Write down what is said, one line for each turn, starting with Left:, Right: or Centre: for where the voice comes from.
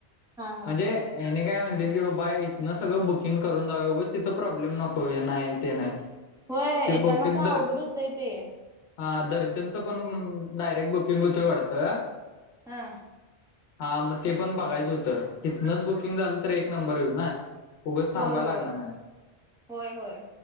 Centre: हा
Left: म्हणजे,
Centre: हा
Left: याने काय म्हणले की बाबा इथून सगळं बुकिंग करून जाऊ उगं तिथं प्रॉब्लेम नको हे नाही ते नाही,
Centre: होय,
Left: ते
Centre: येतानाचं
Left: बहुतेक
Centre: अवघड
Left: दर्श
Centre: होतंय ते.
Left: हा, दर्शनचं पण डायरेक्ट बुकिंग होतंय वाटतं.
Centre: हा.
Left: हा, मग ते पण बघायचं होतं. इथनंच बुकिंग झालं तर, एक नंबर होईल ना. उगच थांबायला
Centre: होय होय
Left: लागणार नाही.
Centre: होय होय